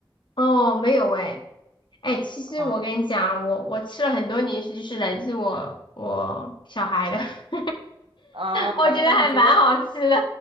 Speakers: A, on the left (about 60°); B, on the right (about 80°).
A: 哦，没有诶，哎，其实我跟你讲，
B: 嗯，
A: 我我吃了很多零食，就是来自我我小孩的，<laughs>
B: 啊，
A: 我觉得还蛮好吃的，
B: 那你觉得，